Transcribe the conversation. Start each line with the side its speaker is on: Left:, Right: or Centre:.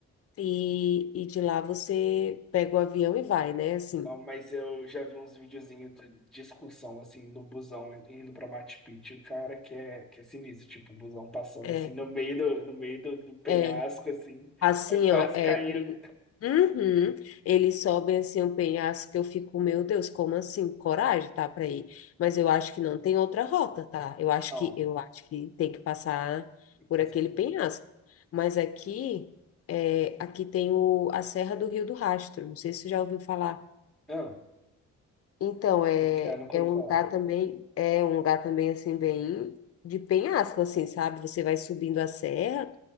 Left: e, e de lá você pega o avião e vai, né, assim,
Centre: Não, mas eu já vi uns videozinhos de de excursão, assim, no busão indo pra Machu Picchu, cara, que é, que é sinistro, tipo, o busão passando,
Left: é,
Centre: assim, no meio do, no meio do, do penhasco,
Left: é,
Centre: assim,
Left: Assim,
Centre: é quase
Left: ó, é,
Centre: caindo.
Left: ele, Uhum. Eles sobem assim um penhasco que eu fico, meu Deus, como assim? Coragem, tá, para ir. Mas eu acho que não tem outra rota, tá? Eu acho
Centre: Não,
Left: que eu acho que tem que passar
Centre: tem que
Left: por
Centre: passar
Left: aquele
Centre: por
Left: penhasco.
Centre: ali.
Left: Mas aqui, é, aqui tem o, a Serra do Rio do Rastro. Não sei se você já ouviu falar.
Centre: Ah,
Left: Então, é,
Centre: como que é? nunca
Left: é
Centre: ouvi
Left: um
Centre: falar.
Left: lugar também, é um lugar também assim bem de penhasco assim, sabe? Você vai subindo a serra